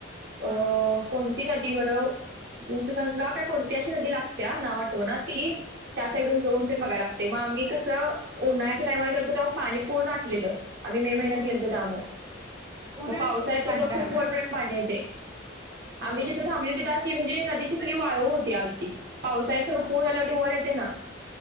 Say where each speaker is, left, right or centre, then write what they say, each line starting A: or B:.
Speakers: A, on the right; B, on the right.
A: अ
B: हा
A: कोणती नदी बर? दूधगंगा काय कोणती अशी नदी लागतीया नाव आठवणा ती त्या साइडवरुन जाऊन तेन बघाय लागतय म आम्ही कसं उन्हाळ्याच्या टाईमावर गेलतो तेव्हा पाणी पूर्ण आटलेल. आम्ही मे महिन्यात
B: हो
A: गेलतो त्यामुळ
B: उन्हाळ्यात
A: म पावसाळ्यात
B: कसं पाणी
A: तेज्यावर
B: राहणार
A: खूप वरपर्यंत पाणी येतय. आम्ही
B: होय
A: जिथ थाबलेलो तिथ अशी म्हणजे नदी सगळी वाळू होती आलती पावसाळत सगळं
B: हा
A: पूर आल्यावरती वर येते ना